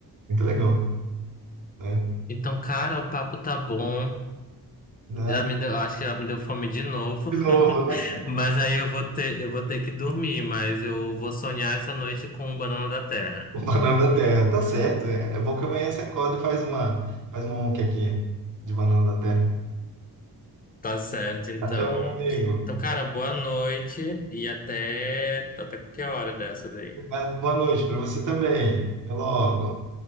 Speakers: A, on the right; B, on the left.
A: muito legal, né?
B: Então, cara, o papo tá bom.
A: Né?
B: Já me deu, acho que já me deu fome de novo.
A: De novo, né?
B: <laughs>
A: <laughs>
B: Mas aí eu vou ter, eu vou ter que dormir, mas eu vou sonhar essa noite com banana da terra.
A: O banana da terra. Tá certo. É, é bom que amanhã você acorda e faz uma, faz uma moquequinha de banana da terra.
B: Tá certo, então.
A: Tá, joia, meu amigo?
B: Então, cara, boa noite e até até qualquer hora dessas aí.
A: Obrigado, boa noite para você também. Até logo.